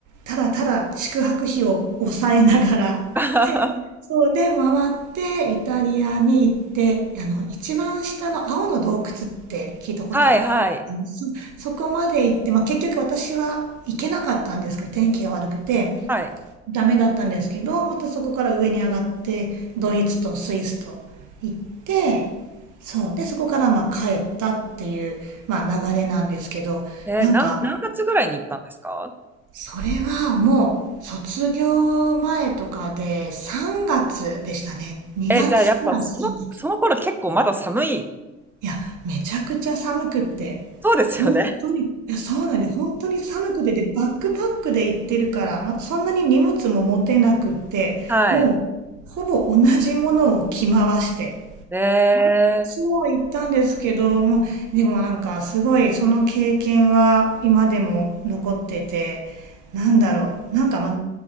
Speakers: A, on the right; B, in the centre.
A: ただただ宿泊費を抑えながら、
B: <laughs>
A: そうで回ってイタリアに行ってあの一番下の青の洞窟って聞いたこと
B: はいはい。
A: そ、そこまで行って、まあ、結局私は行けなかったんですけど天気が悪くて
B: はい。
A: ダメだったんですけどまたそこから上に上がってドイツとスイスと行ってそうでそこからまあ帰ったっていう、まあ、流れなんですけどなんか、
B: えー、なん、何月ぐらいに行ったんですか
A: それはもう卒業前とかで3月でしたね。2月から3月。
B: えじゃあやっぱその、その頃結構まだ寒い
A: いや、めちゃくちゃ寒くって。
B: そうですよね。
A: 本当に、いや、そうなんで、本当に寒くて、で、バックパックで行ってるから、まあ、そんなに荷物も持てなくって、
B: はい。
A: もう、ほぼ同じものを着回して、
B: えー。
A: そう言ったんですけどもでもなんか、すごい、その経験は今でも残ってて、なんだろう、なんか、ま